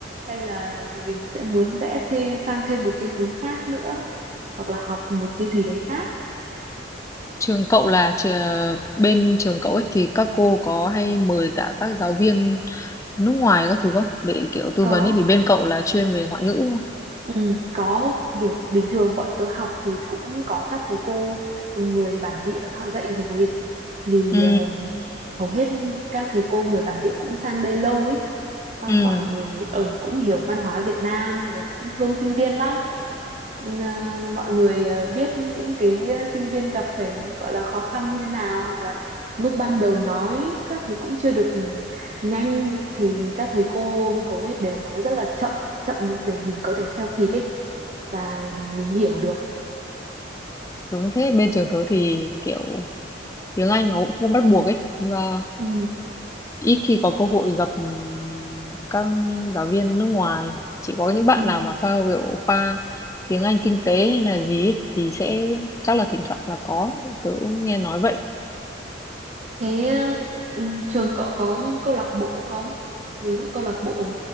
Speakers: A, on the right (about 35°); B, on the left (about 15°).
A: hay là mình sẽ muốn rẽ thêm sang thêm một cái hướng khác nữa hoặc là học một cái gì đấy khác
B: Trường cậu là trờ- bên trường cậu ấy thì các cô có hay mời cả các giáo viên nước ngoài các thứ không để kiểu tư
A: có
B: vấn ấy vì bên cậu là chuyên về ngoại ngữ đúng không?
A: Ừ, có kiểu bình thường bọn tớ học thì cũng có các thầy cô ừ, người bản địa họ dạy rồi vì
B: Ừ.
A: ờ, hầu hết các thầy cô người bản địa cũng sang đây lâu ấy xong
B: Ừ.
A: mọi người ở cũng hiểu văn hóa Việt Nam rồi cũng thương sinh viên lắm Ờ, mọi người ờ, biết những cái sinh viên gặp phải gọi là khó khăn như thế nào hoặc là lúc ban đầu nói các thứ cũng chưa được nhanh thì các thầy cô hầu hết đều nói rất là chậm chậm để mình có thể theo kịp ấy và mình hiểu được
B: Đúng thế bên trường tớ thì kiểu tiếng Anh nó cũng không bắt buộc ấy và
A: ừ,
B: ít khi có cơ hội gặp ừm, các giáo viên nước ngoài chỉ có những bạn
A: ừ.
B: nào mà theo kiểu khoa tiếng Anh kinh tế hay là gì ấy, thì sẽ chắc là thỉnh thoảng là có tớ cũng nghe nói vậy
A: thế ừ, trường cậu có câu lạc bộ không ví dụ câu lạc bộ